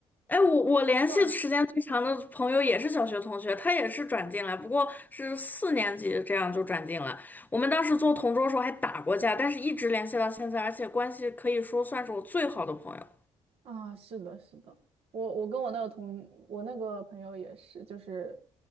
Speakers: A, on the left; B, on the right.
A: 哎，我我联系时间最长的朋友也是小学同学，
B: 断
A: 他也是转进来，不过是四年级这样就转进来。我们当时做同桌的时候还打过架，但是一直联系到现在，而且关系可以说算是我最好的朋友。
B: 啊，是的，是的，我我跟我那个同我那个朋友也是，就是